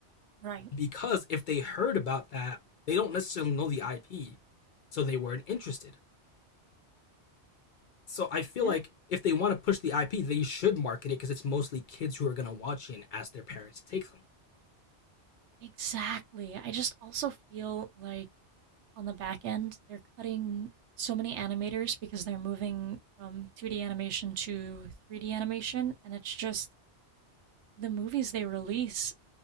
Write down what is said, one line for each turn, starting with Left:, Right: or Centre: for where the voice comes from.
Right: Right.
Left: because if they heard about that, they don't necessarily know the IP, so they weren't interested. So I feel
Right: Yeah.
Left: like if they want to push the IP, they should market it because it's mostly kids who are gonna watch it and ask their parents to take them.
Right: Exactly. I just also feel like on the back end. They're cutting so many animators because they're moving from 2D animation to 3D animation, and it's just the movies they release.